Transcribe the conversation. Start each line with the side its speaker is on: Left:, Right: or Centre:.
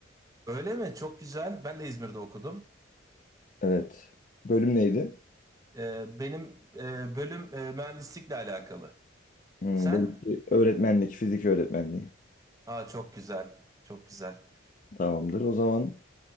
Right: Öyle mi? Çok güzel. Ben de İzmir'de okudum.
Left: Evet. Bölüm neydi?
Right: Ee, benim e, bölüm e, mühendislikle alakalı.
Left: Hmm,
Right: Sen?
Left: belki öğretmenlik, fizik öğretmenliği.
Right: Aa çok güzel. Çok güzel.
Left: Tamamdır. O zaman